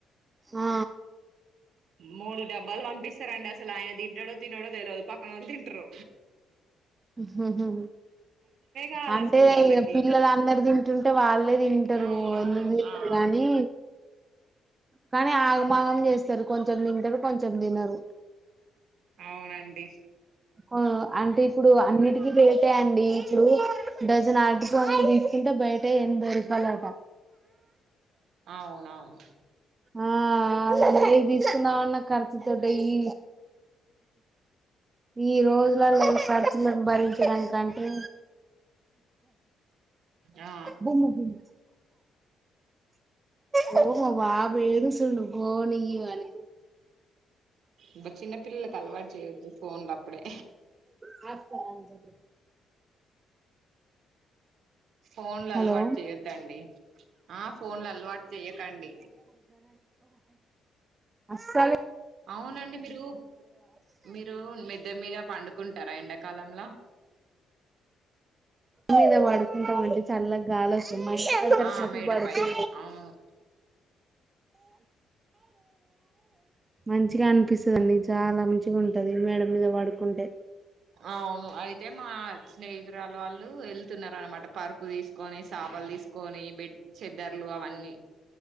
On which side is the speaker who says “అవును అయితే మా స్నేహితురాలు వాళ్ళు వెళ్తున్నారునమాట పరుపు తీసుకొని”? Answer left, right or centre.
Right